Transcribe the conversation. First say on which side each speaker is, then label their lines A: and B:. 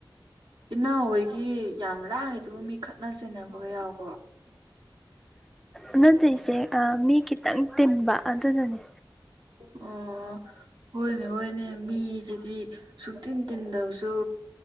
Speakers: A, on the right (about 70°); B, in the centre.
A: ꯏꯅꯥꯎ ꯍꯣꯏꯒꯤ ꯌꯥꯝ ꯂꯥꯡꯦꯗꯨꯕꯨ ꯃꯤ ꯈꯠꯅ ꯆꯩꯕꯒ ꯌꯥꯎꯈ꯭ꯔꯣ?
B: ꯑꯗꯨꯗꯁꯦ ꯃꯤ ꯈꯤꯇꯪ ꯇꯤꯟꯕ ꯑꯗꯨꯗꯅꯦ꯫
A: ꯎꯝ ꯍꯣꯏꯅꯦ ꯍꯣꯏꯅꯦ ꯃꯤꯁꯤꯗꯤ ꯁꯨꯡꯇꯤꯟ ꯇꯤꯟꯗꯕꯁꯨ